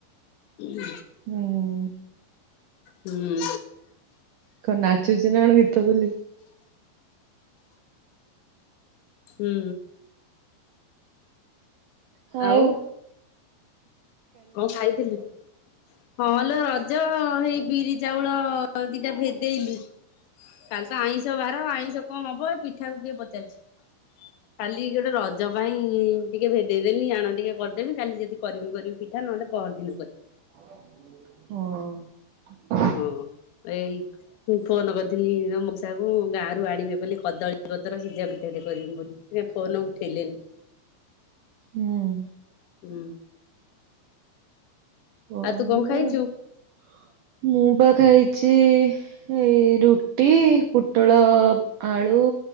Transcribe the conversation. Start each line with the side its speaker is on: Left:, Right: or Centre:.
Left: ହୁଁ।
Right: ହୁଁ।
Left: ହୁଁ।
Right: କଁ, ନାଚୁଚିନା କଣ, ଗୀତ ବୋଲି
Left: ହୁଁ।
Right: ହଉ।
Left: ଆଉ କଣ ଖାଇଥିଲୁ ହଁଲୋ, ରଜ ହେଇ ବିରି ଚାଉଳ ଦିଟା ଭେଦେଇଲି କାଲିତ ଆଇଁଷ ବାର, ଆଇଁଷ କଣ ହବ ଏ ପିଠାକୁ କିଏ ପଚାରୁଚି। କାଲି ଗୋଟେ, ରଜ ପାଇଁ ଟିକେ ଭେଦେଇଦେଲି, ଆଣ ଟିକେ କରିଦେବି, କାଲି ଯଦି କରିବି କରିବି ପିଠା, ନହଲେ ପହରଦିନକୁ କ
Right: ହୁଁ।
Left: ହଁ ଏଇ ମୁଁ ଫୋନ୍ କରିଥିଲି ଆମ ମଉସାକୁ, ଗାଁରୁ ଆଣିବେ ବୋଲି, କଦଳୀପତ୍ର ସିଝା ପିଠାଟେ କରିମି ବୋଲି। ସିଏ ଫୋନ୍ ଉଠେଇଲେନି।
Right: ହୁଁ।
Left: ହୁଁ।
Right: <unintelligible>
Left: ଆଉ ତୁ କଣ <inaudible>
Right: ମୁଁପା ଖାଇଚି ଏଇ, ରୁଟି, ପୁଟଳ, ଆଳୁ,